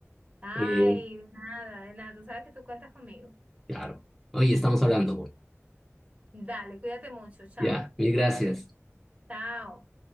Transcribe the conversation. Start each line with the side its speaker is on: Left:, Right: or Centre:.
Right: Ay,
Centre: Eh,
Right: de nada, de nada. Tú sabes que tú cuentas conmigo,
Centre: claro. Oye, estamos hablando.
Right: ¿ok? Dale, cuídate mucho. Chao.
Centre: Ya, mil gracias.
Right: Chao.